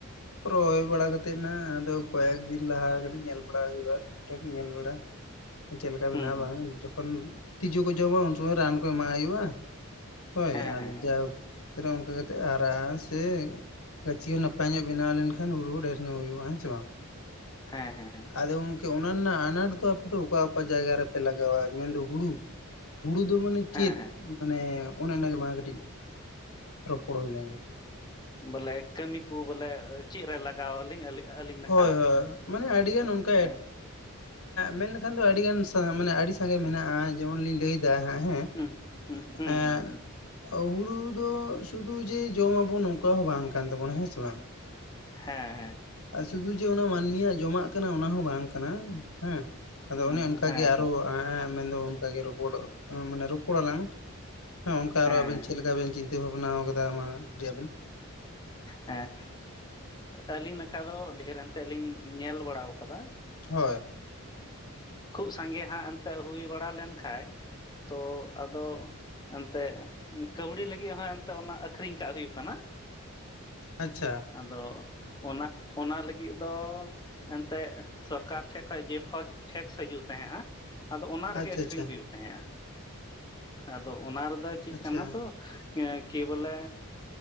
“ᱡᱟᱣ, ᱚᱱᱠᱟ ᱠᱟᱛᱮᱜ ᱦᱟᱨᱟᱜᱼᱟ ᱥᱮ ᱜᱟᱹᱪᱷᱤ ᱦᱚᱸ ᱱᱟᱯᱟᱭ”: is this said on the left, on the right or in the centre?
Left